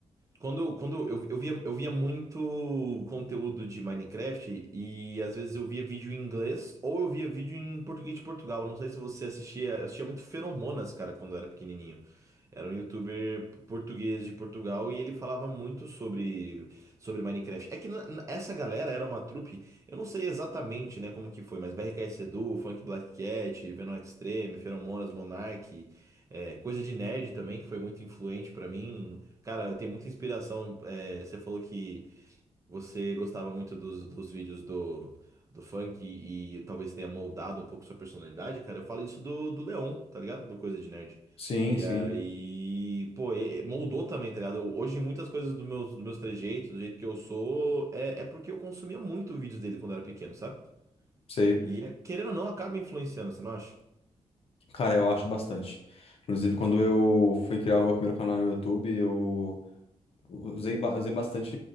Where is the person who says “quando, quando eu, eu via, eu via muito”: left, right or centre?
Right